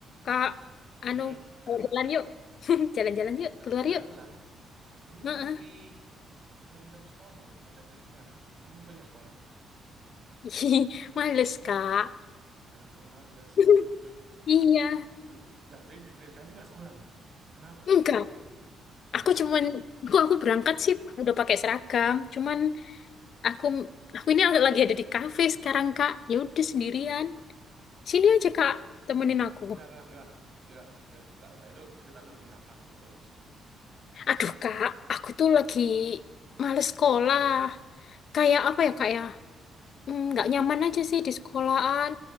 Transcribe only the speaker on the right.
Hmm,
kenapa?
Jalan-jalan.
Ini
masih jam-jam sekolah loh. Mau jalan-jalan kemana? Kamu punya sekolah.
Lah, kok males?
Lah,
l- lah dari, dari tadi nggak sekolah toh? Kenapa?
Kenapa,
kenapa?
Nggak, nggak, nggak, nggak, nggak, nggak, nggak. Itu cerita dulu kenapa kamu bolos.